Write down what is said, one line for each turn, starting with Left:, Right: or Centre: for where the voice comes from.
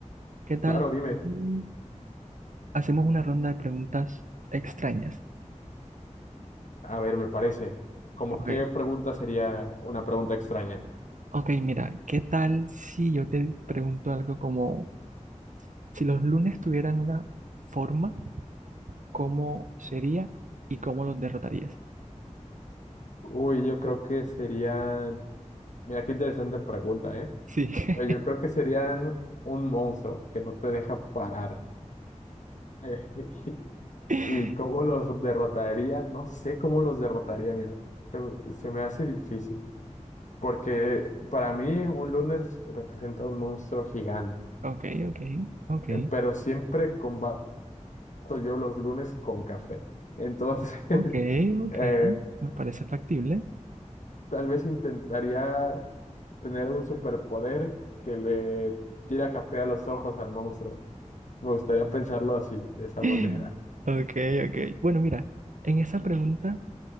Right: ¿Qué tal
Left: Claro, dime.
Right: si hacemos una ronda de preguntas extrañas?
Left: A ver, me parece. ¿Cómo
Right: Ok.
Left: qué pregunta sería una pregunta extraña?
Right: Ok, mira, ¿qué tal si yo te pregunto algo como, si los lunes tuvieran una forma, ¿cómo sería y cómo los derrotarías?
Left: Uy, yo creo que serían... Mira, qué interesante pregunta, ¿eh?
Right: Sí. <laughs>
Left: Pues yo creo que serían un monstruo que no te deja parar. <laughs>
Right: <laughs>
Left: ¿Y cómo los derrotaría? No sé cómo los derrotaría, mira. Se, me- se me hace difícil. Porque para mí un lunes representa un monstruo gigante,
Right: Ok, ok, ok,
Left: eh, pero siempre combato yo los lunes con café. Entonces,
Right: ok,
Left: <laughs>
Right: ok.
Left: eh,
Right: Me parece factible.
Left: tal vez intentaría tener un superpoder que le tira café a los ojos al monstruo. Me gustaría pensarlo así, de esa
Right: <laughs>
Left: manera.
Right: Ok, ok. Bueno, mira, en esa pregunta